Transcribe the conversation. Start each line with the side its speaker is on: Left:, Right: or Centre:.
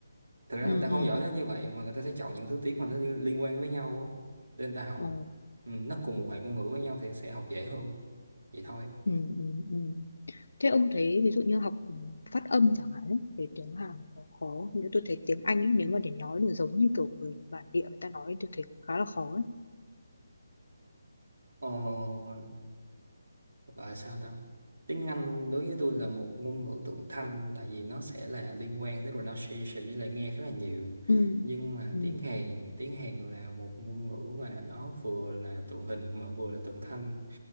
Right: thực ra
Left: ừ
Right: người ta không
Left: ừ
Right: giỏi đến như vậy mà người ta sẽ chọn những thứ tiếng mà nó liên liên quan với nhau á để người ta học
Left: ừ
Right: ừ, nó cùng một hệ ngôn ngữ với nhau thì sẽ học dễ hơn vậy thôi
Left: ừ ừ ừ <laughs> Thế ông thấy ví dụ như học phát âm chẳng hạn ấy, về tiếng Hàn có khó không? như tôi thấy tiếng Anh ấy nếu mà để nói được giống như kiểu người bản địa người ta nói ấy, tôi thấy khá là khó ấy.
Right: ờ, gọi là sao ta tiếng Anh đối với tôi là một ngôn ngữ tượng thanh tại vì nó sẽ là liên quan đến pronunciation với lại nghe khá là nhiều
Left: Ừ.
Right: nhưng mà
Left: Ừ.
Right: tiếng Hàn tiếng Hàn là một ngôn ngữ mà nó vừa là tượng hình mà vừa là tượng thanh